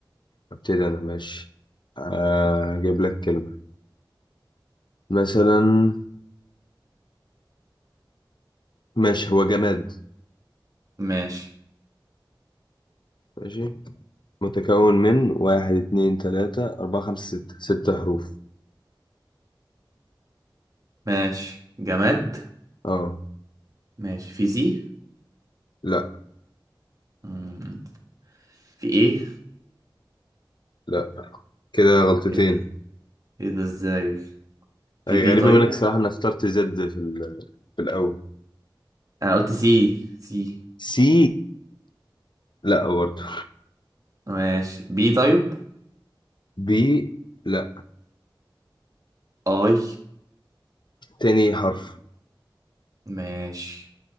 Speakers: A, on the left; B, on the right.
A: ابتدي انا ماشي آه، اجيب لك كلمة مثلا ماشي هو جماد
B: ماشي
A: ماشي متكون من واحد اتنين تلاتة أربعة خمسة ستة ست حروف
B: ماشي جماد
A: اه
B: ماشي في سي
A: لا
B: امم في ايه
A: لا كده غلطتين
B: ايه ده ايه ده ازاي في
A: أي
B: بي
A: غريبة
B: طيب
A: منك صراحة إنك اخترت زد في, ال- في الأول
B: انا قلت سي سي
A: سي لا برضه
B: ماشي بي طيب
A: بي لا
B: اي
A: تاني حرف
B: ماشي